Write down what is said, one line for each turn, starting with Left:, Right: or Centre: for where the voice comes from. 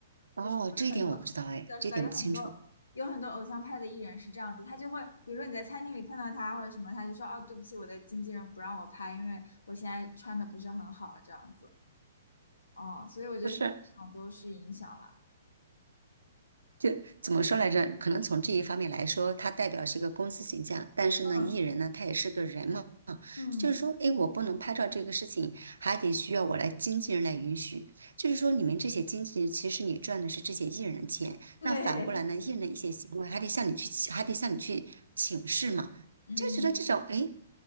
Right: 哦，
Left: 就是我们有很多，
Right: 这一点我不知道哎，
Left: 是的，
Right: 这一点不清楚。
Left: 是的，有很多有很多偶像派的艺人是这样子，他就会，比如说你在餐厅里碰到他或者什么，他就说，哦，对不起，我的经纪人不让我拍，因为我现在穿的不是很好，这样子。嗯，所以我觉得像这种都是影响了，
Right: 不是，就怎么说来着？可能从这一方面来说，它代表是一个公司形象，但是呢，
Left: 嗯
Right: 艺人呢，他也是个人嘛。
Left: 嗯，
Right: 就是说，哎，我不能拍照这个事情，还得需要我来经纪人来允许。就是说，你们这些经纪人，其实你赚的是这些艺人的钱，
Left: 对，
Right: 那反过来呢，艺人的一些行为还得向你去还得向你去请示嘛，
Left: 嗯，
Right: 就觉得这种，哎，